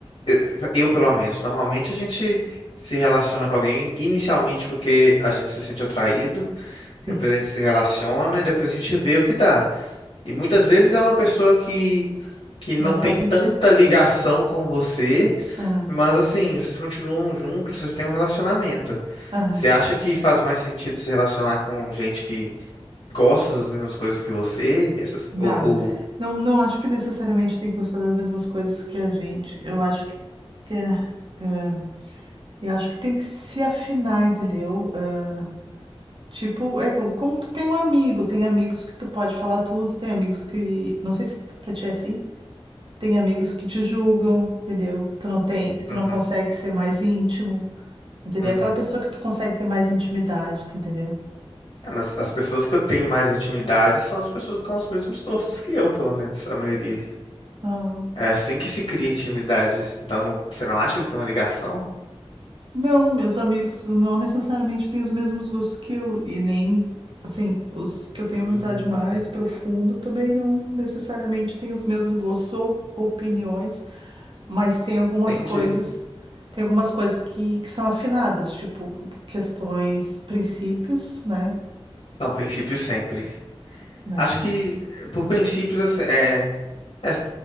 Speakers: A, on the left; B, on the right.
A: eu, eu, pelo menos, normalmente a gente se relaciona com alguém inicialmente porque a gente se sente atraído,
B: Sim.
A: depois a gente se relaciona e depois a gente vê o que dá. E muitas vezes é uma pessoa que que não
B: Não faz
A: tem
B: sentido.
A: tanta ligação com você,
B: Aham,
A: mas assim, vocês continuam juntos, vocês têm um relacionamento.
B: aham.
A: Você acha que faz mais sentido se relacionar com gente que gosta das mesmas coisas que você? Essas,
B: Não,
A: ou, ou...
B: não, não, não acho que necessariamente tem que gostar das mesmas coisas que a gente. Eu acho que, que é, é, eu acho que tem que se afinar, entendeu? Eh, Tipo, é co- como tu tem um amigo, tem amigos que tu pode falar tudo, tem amigos que, não sei se pra ti é assim, tem amigos que te julgam, entendeu? Que tu não tem, que tu
A: Uhum,
B: não consegue ser mais íntimo, entendeu?
A: uhum.
B: Aquela pessoa que tu consegue ter mais intimidade, tu entendeu?
A: É, mas as pessoas que eu tenho mais intimidade são as pessoas com os mesmos gostos que eu, pelo menos, a maioria.
B: Ah,
A: É assim que se cria intimidade. Então, não- você não acha que tem uma ligação?
B: não, meus amigos não necessariamente têm os mesmos gostos que eu, e nem, assim, os que eu tenho
A: Hum,
B: amizade mais profunda também não necessariamente têm os mesmos gostos ou opiniões mas tem algumas
A: entendi.
B: coisas, tem algumas coisas que, que são afinadas, tipo questões, princípios, né?
A: Não, princípio sempre.
B: Né?
A: Acho que, por princípios, assim, é, é,